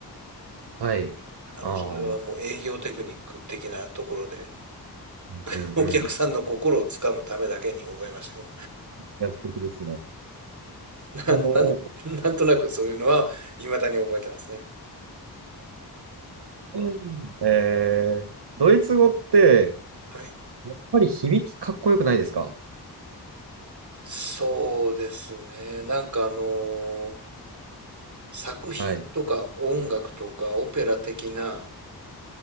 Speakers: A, on the right (about 80°); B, on the right (about 45°).
A: はい。
B: あのそれはもう営業テクニック的なところで
A: ああ、うん、
B: <laughs>
A: うんうん。
B: お客さんの心をつかむためだけに覚えましたけど
A: いや、素敵ですね。
B: <laughs>
A: あの、
B: な、なん、なんとなくそういうのは未だに覚えてますね。
A: うんえー、ドイツ語って、
B: はい。
A: やっぱり響きかっこよくないですか
B: そうですね。なんかあの作品とか音楽とかオペラ的な、
A: はい。